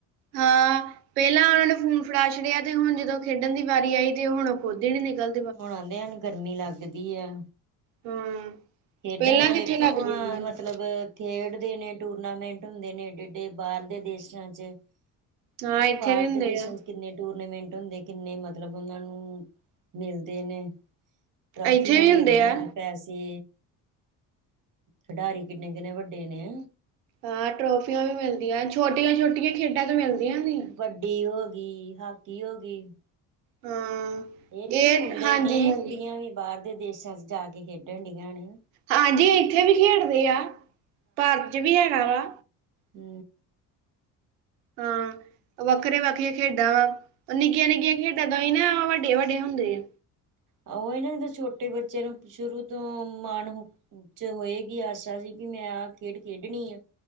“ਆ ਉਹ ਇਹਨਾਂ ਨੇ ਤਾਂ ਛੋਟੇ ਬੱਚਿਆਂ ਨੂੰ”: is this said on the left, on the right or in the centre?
Right